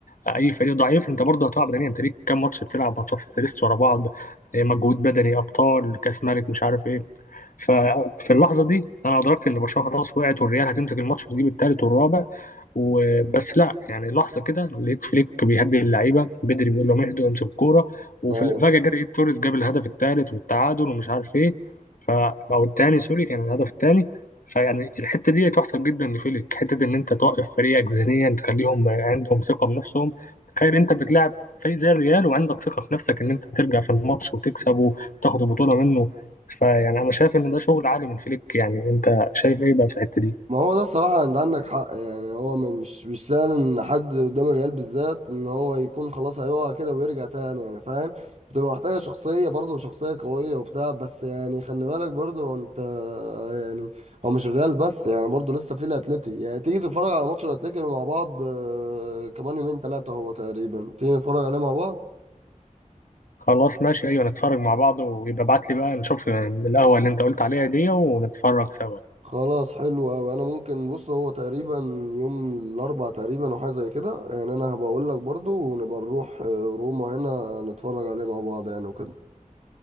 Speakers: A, on the left (about 80°); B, on the right (about 55°).
A: آه، اي فريق ضعيف انت برضه هتقع بدنيا انت ليك كام ماتش بتلعب ماتشات فيرست ورا بعض آه، مجهود بدني ابطال كاس ملك مش عارف ايه ففي اللحظه دي انا ادركت ان برشلونه خلاص وقعت والريال هتمسك الماتش دي بالثالث والرابع وبس لا يعني لحظه كده لقيت فليك بيهدي اللعيبه بدري بيقول لهم اهدوا امسكوا الكوره وفجاه
B: ايوه
A: جت لقيت توريس جاب الهدف الثالث والتعادل ومش عارف ايه ف او الثاني سوري كان الهدف الثاني فيعني الحته دي تحسب جدا لفليك حته ان انت توقف فريقك ذهنيا تخليهم عندهم ثقه بنفسهم تخيل انت بتلعب فريق زي الريال وعندك ثقه في نفسك ان انت هترجع في الماتش وتكسب وتاخد البطوله منه فيعني انا شايف ان ده شغل عالي من فليك يعني انت شايف ايه بقى في الحته دي
B: ما هو ده الصراحه انت عندك حق يعني هو م- مش مش سهل ان حد قدام الريال بالذات ان هو يكون خلاص هيقع كده ويرجع تاني يعني فاهم بتبقى محتاجه شخصيه برضه شخصيه قويه وبتاع بس يعني خلي بالك برضه هو انت يعني هو مش الريال بس يعني برضه لسه في الاتليتي يعني تيجي تتفرج على ماتش الاتليتي مع بعض آه، كمان يومين ثلاثه هو تقريبا تيجي نتفرج عليه مع بعض
A: خلاص ماشي ايوه نتفرج مع بعض ويبقى ابعت لي بقى نشوف القهوه اللي انت قلت عليها دي ونتفرج سوا
B: خلاص حلو أوي أنا ممكن بص هو تقريبا يوم الأربع تقريبا وحاجة زي كده يعني أنا هبقول لك برضو ونبقى نروح آه، روما هنا نتفرج عليه مع بعض يعني وكده